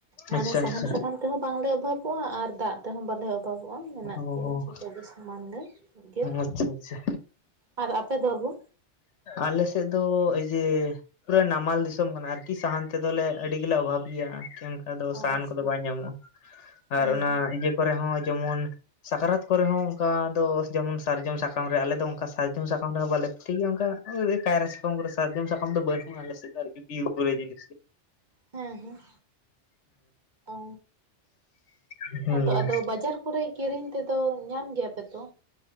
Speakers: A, on the right (about 40°); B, on the left (about 75°).
A: ᱢᱟᱱᱮ
B: ᱟᱪᱪᱷᱟ
A: ᱥᱟᱦᱟᱱ
B: ᱟᱪᱪᱷᱟ
A: ᱥᱟᱠᱟᱢ ᱛᱮᱦᱚᱸ ᱵᱟᱝᱞᱮ ᱚᱵᱷᱟᱵᱚᱜᱼᱟ ᱟᱨ ᱫᱟᱜ ᱛᱮᱦᱚᱸ ᱵᱟᱞᱮ <unintelligible> ᱢᱮᱱᱟᱜ
B: ᱚ
A: ᱜᱮᱭᱟ ᱡᱚᱛᱚ ᱜᱮ ᱥᱚᱢᱟᱱ ᱜᱮ ᱜᱮᱭᱟ
B: ᱟᱪᱪᱷᱟ ᱟᱪᱪᱷᱟ
A: ᱟᱨ ᱟᱯᱮ ᱫᱚ ᱵᱟᱹᱵᱩ
B: ᱟᱞᱮ ᱥᱮᱫ ᱫᱚ ᱮᱭ ᱡᱮ <inaudible> ᱱᱟᱢᱟᱞ ᱫᱤᱥᱟᱹᱢ ᱠᱟᱱᱟ ᱟᱨᱠᱤ ᱥᱟᱦᱟᱱ ᱛᱮᱫᱚᱞᱮ ᱟᱹᱰᱤ ᱜᱮᱞᱮ ᱚᱵᱷᱟᱵᱽ ᱜᱮᱭᱟ ᱟᱫᱚ
A: ᱚ
B: ᱥᱟᱦᱟᱱ
A: ᱟᱪᱪᱷᱟ
B: ᱠᱚᱫᱚ ᱵᱟᱝ ᱧᱟᱢᱚᱜᱼᱟ
A: ᱦᱮᱸ
B: ᱟᱨ ᱚᱱᱟ
A: ᱦᱮᱸ
B: ᱤᱭᱟᱹ ᱠᱚᱨᱮ ᱦᱚᱸ ᱡᱮᱢᱚᱱ ᱥᱟᱠᱨᱟᱛ ᱠᱚᱨᱮ ᱦᱚᱸ ᱚᱱᱠᱟ ᱫᱚ ᱡᱮᱢᱚᱱ ᱥᱟᱨᱡᱚᱢ ᱥᱟᱠᱟᱢ ᱨᱮ ᱟᱞᱮ ᱫᱚ ᱚᱱᱠᱟ ᱥᱟᱨᱡᱚᱢ ᱥᱟᱠᱟᱢ ᱨᱮᱦᱚᱸ ᱵᱟᱞᱮ ᱯᱤᱴᱷᱟᱹᱭ ᱜᱮᱭᱟ ᱚᱱᱠᱟ ᱠᱟᱭᱨᱟ ᱥᱟᱠᱟᱢ ᱠᱚᱨᱮ ᱥᱟᱨᱡᱚᱢ ᱥᱟᱠᱟᱢ ᱫᱚ ᱵᱟᱹᱱᱩᱜᱼᱟ ᱟᱨᱠᱤ ᱟᱞᱮ ᱥᱮᱜ ᱫᱚ ᱵᱤᱨ ᱵᱳᱞᱮ ᱡᱤᱱᱤᱥ ᱜᱮ
A: ᱦᱮᱸ ᱦᱮᱸ ᱚ
B: ᱦᱩᱸ
A: ᱦᱮᱸᱛᱚ ᱟᱫᱚ ᱵᱟᱡᱟᱨ ᱠᱚᱨᱮ ᱠᱤᱨᱤᱧ ᱛᱮᱫᱚ ᱧᱟᱢ ᱜᱮᱭᱟᱯᱮ ᱛᱚ